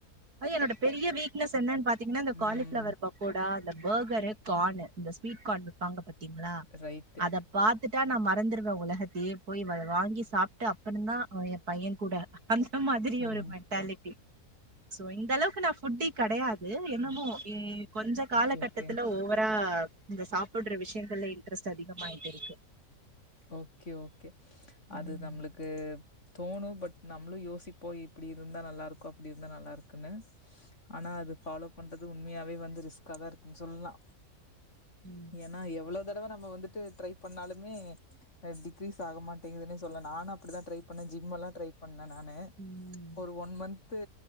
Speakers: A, on the right (about 85°); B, on the left (about 50°).
A: அதா என்னோட பெரிய வீக்னஸ் என்னன்னு பாத்தீங்கன்னா இந்த காலிஃபிளவர்
B: ம்
A: பக்கோடா அந்த ஃபர்கரு ஃகான்னு இந்த ஸ்வீட் ஃகான் விபாபாங்க பாத்தீங்களா
B: ரைட்டு.
A: அத பாத்துட்டா நா மறந்துருவே உலகத்தையே போய் மொத அத வாங்கி சாப்ட்டு அப்பறந்தா ஏ பையன் கூட அந்த மாதிரி
B: ம்ஹ்ம்.
A: ஒரு மென்டாலிட்டி இந்த அளவுக்கு நா புட்டி கெடையாது என்ன கு உம் கொஞ்ச காலகட்டத்துல
B: ஓகே, ஓகே.
A: ஓவரா இந்த சாப்ட்டுற விஷயங்கள்ல இன்ட்ரெஸ்ட் அதிகமாயிட்டு இருக்கு
B: ஓகே ஓக் கே அது
A: ம்
B: நம்மளுக்கு தோணு பட் நம்மளு யோசிப்போ இப்டி இருந்தா நல்லா இருக்கோ அப்டி இருந்தா நல்லா இருக்குன்னு ஆனா அது ஃபாலோ பண்றது உண்மையாவே வந்து ரிஸ்காதா இருக்குன்னு சொல்லலா
A: ம் ம்
B: என்னா எவ்ளோ இந்த தடவ நம்ம வந்துட்டு ட்ரை பண்ணாலுமே ட்க்ரீஸ் ஆக மாட்டேங்குதுன்னே சொல்ல நானு அப்டிதா ட்ரை பண்ணே ஜிம் எல்லா ட்ரை பண்ணே ணே நானு
A: ம்
B: ஒரு ஒன் மன்து